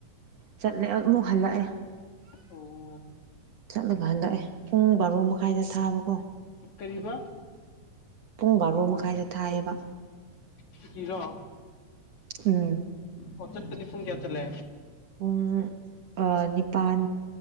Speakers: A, on the right; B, on the left.
A: ꯆꯠꯂꯦ ꯑꯃꯨꯛ ꯍꯜꯂꯛꯑꯦ꯫
B: ꯑꯣ
A: ꯆꯠꯂꯒ ꯍꯜꯂꯛꯑꯦ ꯄꯨꯡ ꯕꯥꯔꯣ ꯃꯈꯥꯏꯗ ꯊꯥꯕꯀꯣ꯫
B: ꯀꯔꯤꯕꯥ ꯫
A: ꯄꯨꯡ ꯕꯥꯔꯣ ꯃꯈꯥꯏꯗ ꯊꯥꯏꯌꯦꯕ꯫
B: ꯁꯨꯇꯤꯔꯣ꯫
A: ꯎꯝ
B: ꯑꯣ ꯆꯠꯄꯗꯤ ꯄꯨꯡ ꯀꯌꯥ ꯆꯠꯂꯦ꯫
A: ꯄꯨꯡ ꯑꯥ ꯅꯤꯄꯥꯟ